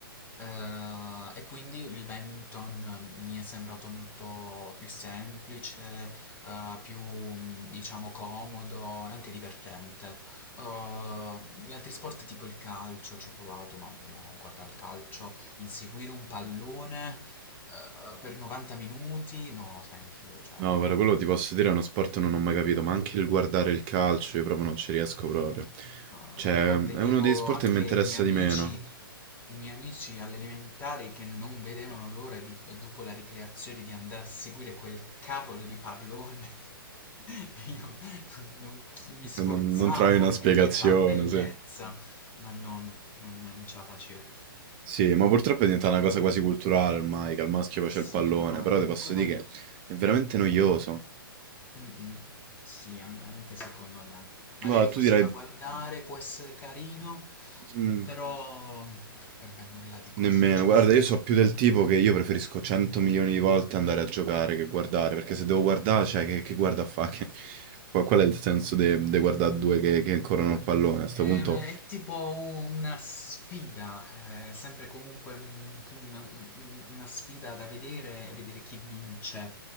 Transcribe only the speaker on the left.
Eh, e quindi il badminton mm, mi è sembrato molto più semplice, eh, più mm, diciamo comodo e anche divertente. Eh, gli altri sport tipo il calcio ci ho provato, ma no, guarda, il calcio Inseguire un pallone, uhm, per 90 minuti, no thank you, cioè
no.
No,
proprio
vedevo
anche
i miei
amici
i miei amici alle elementari che non vedevano l'ora di f dopo la ricreazione di andare a seguire quel cavolo di pallone <laughs> e io non chi mi sforzavo
di
capire la bellezza,
ma non non non ce la facevo.
Sì,
no, ormai
è una
cosa
Mm-mm. Sì, an- anche secondo me. Magari
forse
da guardare può essere carino,
però per me nulla di
così eccezionale.
Ehm,
È, tipo una sfida, eh, sempre comunque un- una, un- una sfida da vedere, vedere chi vince.